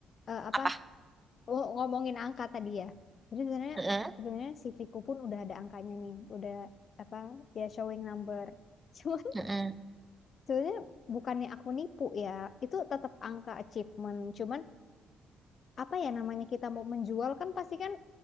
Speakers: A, on the left; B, on the right.
A: eh, apa?
B: apa?
A: ng- Ngomongin angka tadi ya. Jadi sebenarnya
B: Mm-mm,
A: sebenarnya CV-ku pun udah ada angkanya nih. Udah apa? Ya showing number. <laughs> Cuman
B: mm-mm,
A: sebenarnya bukannya aku nipu ya. Itu tetap angka achievement. Cuman apa ya namanya kita mau menjual kan pasti kan